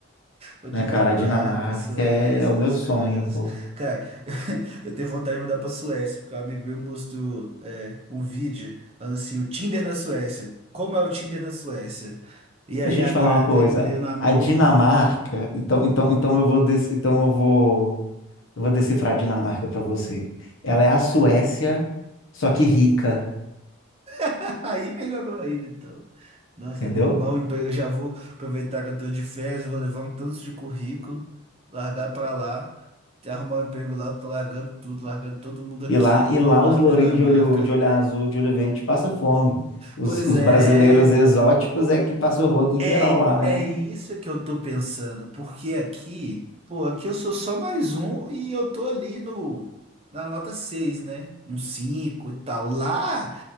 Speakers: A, on the right; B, on the left.
A: Ou Dinamarca,
B: né, cara? A Dinamarca
A: Suécia,
B: é é o meu
A: essas
B: sonho,
A: coisas.
B: pô.
A: Cara, <laughs> eu tenho vontade de mudar pra Suécia, porque um amigo meu mostrou é, um vídeo falando assim, o Tinder na Suécia. Como é o Tinder na Suécia? E aí
B: Deixa
A: agora
B: eu te falar uma
A: eu
B: coisa.
A: terminei o namoro.
B: A Dinamarca, então, então, então eu vou, des- então eu vou, eu vou decifrar a Dinamarca pra você. Ela é a Suécia, só que rica,
A: <laughs> Aí melhorou ainda, então. Nossa,
B: entendeu?
A: eu vou arrumar um emprego. Eu já vou aproveitar que eu tô de férias, eu vou levar um tanto de currículo, largar pra lá, arrumar um emprego lá, eu tô largando tudo, largando todo mundo aqui.
B: E lá,
A: Vamos
B: e lá os
A: lá
B: lourinhos
A: pra Dinamarca.
B: de olho, de olho azul, de olho verde, passa fome. Os,
A: Pois
B: os
A: é,
B: brasileiros exóticos é que passa o rodo em
A: é,
B: geral lá, né?
A: é isso que eu tô pensando, porque aqui, pô, aqui eu sou só mais um e eu tô ali no na nota seis né? Um 5 e tal. Lá,